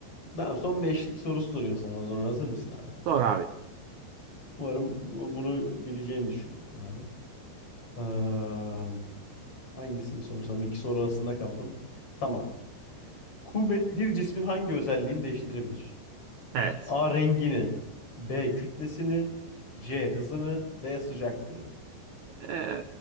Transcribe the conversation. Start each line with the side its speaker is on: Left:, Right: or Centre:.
Left: Tamam son beşlik sorusu soruyorum sana o zaman hazır mısın abi?
Right: Sor abi.
Left: Umarım bu- bunu bileceğini düşünüyorum abi. Am, hangisini sorsam? İki soru arasında kaldım. Tamam. Kuvvet bir cismin hangi özelliğini değiştirebilir?
Right: Evet.
Left: A. Rengini. B. Kütlesini. C. Hızını. D. Sıcaklığını.
Right: Ee,